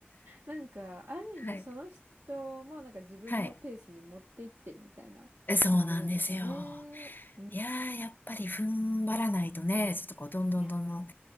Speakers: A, on the right; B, on the left.
A: なんか、ある意味その人もなんか自分のペースに持っていってるみたいな感じなんですかね。
B: はい。はい。えそうなんですよ。
A: うん。
B: いやー、やっぱり踏ん張らないとね、ちょっとこう、どんどんどんどん、
A: いや、